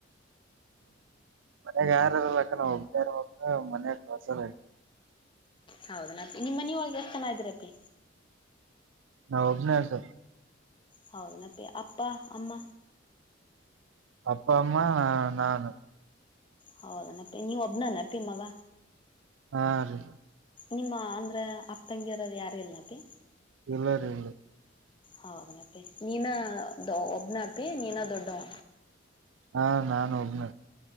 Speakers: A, on the right; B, on the left.
A: ಮನೆಗೆ ಯಾರ ಇಲ್ಲಕ್ಕ ಒಬ್ಬನೆ ಇರಬೇಕು ಮನೆಗೆ ಕಸಲ್ಲಾ <inaudible>
B: ಹೌದ ನಿಮ್ಮನ ಒಳಗೆ ಎಷ್ಟ ಜನ ಇದ್ರ ಅಪ್ಪಿ
A: ನಾ ಒಬ್ಬನೇ ಅಕ್ಕ
B: ಹೌದನ ಪಿ ಅಪ್ಪ ಅಮ್ಮ
A: ಅಪ್ಪ ಅಮ್ಮ ನಾನು
B: ಹೌದ ನಪ್ಪಿ ನೀವ ಒಬ್ನ ನೆಪ್ಪಿ ಮಗ
A: ಹಾ ರೀ
B: ನಿಮ್ಮ ಅಂದ್ರೆ ಅಕ್ಕ ತಂಗಿರೋದು ಯಾರ ಇಲ್ಲ ಪಿ
A: ಇಲ್ಲರಿ
B: ಹೌದನಪ್ಪಿ ನೀನ ಒಬ್ನ ಅಪಿ ನೀನ ದೊಡ್ಡ ವ
A: ಹಾ ನಾನು ಒಬ್ನ